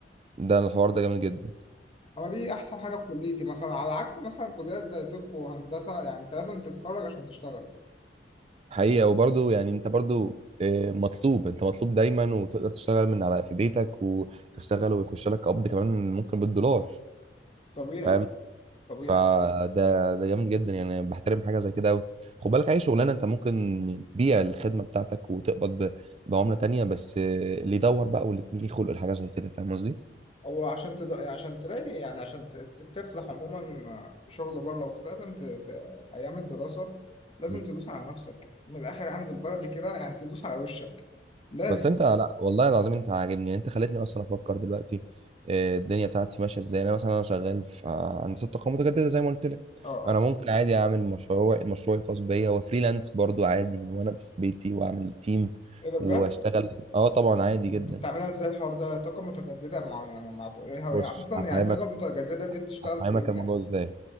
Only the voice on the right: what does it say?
ده الحوار ده جامد جدا
حقيقة وبرضه يعني انت برضه آه، مطلوب انت مطلوب دايما وتقدر تشتغل من على في بيتك وتشتغل ويخش لك قبض كمان ممكن بالدولار
فاهم؟
فده ده جامد جدا يعني بحترم حاجه زي كده قوي خد بالك اي شغلانه انت ممكن تبيع الخدمه بتاعتك وتقبض ب- بعمله تانية بس اللي يدور بقى واللي يكون ليه خلق لحاجه زي كده فاهم قصدي
مم.
بس انت لا والله العظيم انت عاجبني يعني انت خلتني اصلا افكر دلوقتي آه، الدنيا بتاعتي ماشيه ازاي يعني انا مثلا انا شغال في آه، هندسه طاقه متجدده زي ما قلت لك
انا ممكن عادي اعمل مشروع مشروعي الخاص بيا وفريلانس برضو عادي من وانا في بيتي واعمل تيم
واشتغل اه طبعا عادي جدا
بص
هفهمك
هفهمك
الموضوع
ازاي